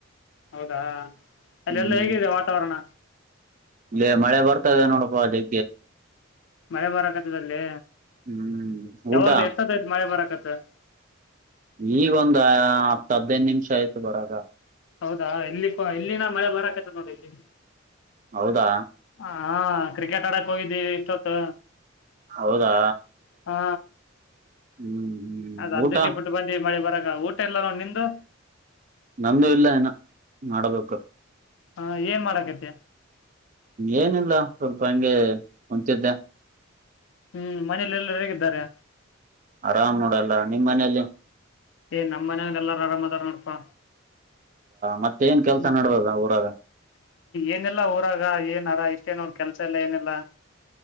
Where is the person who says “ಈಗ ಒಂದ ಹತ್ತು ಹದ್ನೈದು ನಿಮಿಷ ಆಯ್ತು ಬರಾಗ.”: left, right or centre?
Right